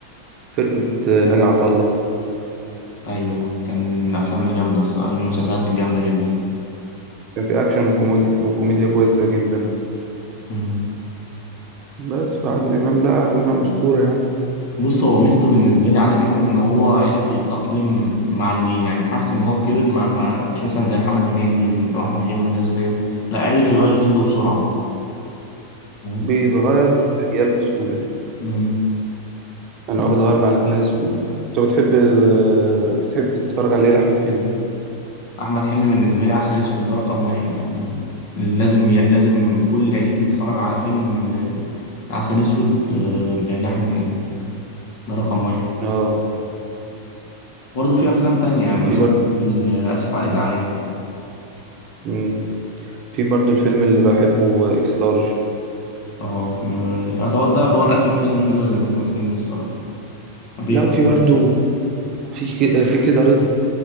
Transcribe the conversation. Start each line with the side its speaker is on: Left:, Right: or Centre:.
Right: فرقة ناجي عطا الله
Left: ايوه كان من الافلام الجامده الصراحه المسلسلات الجامده جدا
Right: كان في أكشن وكوميديا وكوميديا كويسة جدا
Left: مم.
Right: بس فعادل إمام لا عادل إمام أسطورة يا عم
Left: بص هو ميزته بالنسبه لي عادل امام ان هو عرف يتاقلم مع الجيل يعني حس ان هو كبر ما, ما مش مثلا زي محمد هنيدي واحمد حلمي والناس ديت لا عرف يغير جلده بسرعه مم.
Right: بيتغير مع الأجيال بسهولة
Left: مم.
Right: يعني هو بيتغير مع الأجيال بسهولة أنت بتحب بتحب تتفرج على إيه لأحمد حلمي؟
Left: احمد حلمي بالنسبه لي عسل اسود ده رقم واحد يعني لازم ي... لازم كل عيد نتفرج على فيلم آه، عسل اسود آه، ل- لاحمد حلمي ده رقم واحد
Right: آه
Left: برضه في افلام تانية يعني
Right: في
Left: مثلا
Right: برضه
Left: في آه، اسف على الازعاج
Right: مم. في برضه الفيلم اللي بحبه إكس لارج
Left: اه فيلم يعتبر ده يعتبر اخر فيلم حلو لاحمد حلمي الصراحه مفيش
Right: لا
Left: بقى
Right: وفي برضه في ك- في كده رضا